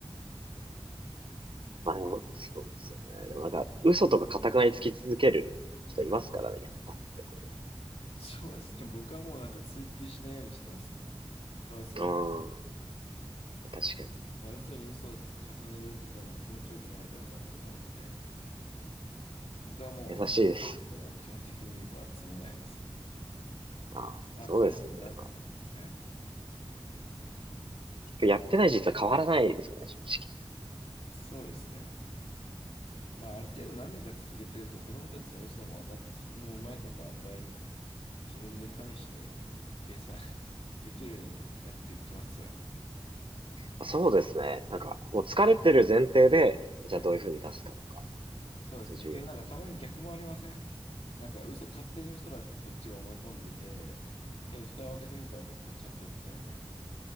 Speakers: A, on the right; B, on the left.
A: まあでも、そうですよね。でもなんか、嘘とか固くなりつき続ける人いますからね、
B: はい。
A: やったってこ
B: そうですね。僕はもうなんか追求しないようにしてますね。かわいそうかなと思っ
A: う。うん、確かに。
B: まあ、嘘に嘘をつ重ねるのも気持ちよくないだろうなと思うので、僕はもう嘘とかを基本的には詰めないですね。
A: 優しいです。ああ、
B: あ、
A: そうですよね。
B: そうなんだって。
A: まあ、
B: はい。
A: 結局やってない実は変わらないですからね、正直。
B: そうですね。まあ、ある程度何年か続けてると子供たちの嘘も分かって、そこもうまいこと塩梅に自分で加味して計算 <laughs> できるようになってきますよね。
A: まあ、そうですね。なんか、
B: はい。
A: もう疲れてる前提で、じゃあどういうふうに出すかとか、
B: はい。そうですね。
A: どういうふうに
B: けどなんかたまに逆もありませんなんか嘘、勝手に嘘だってこっちが思い込んでて、けど蓋を開けてみたら本当にちゃんとやってたみたいな。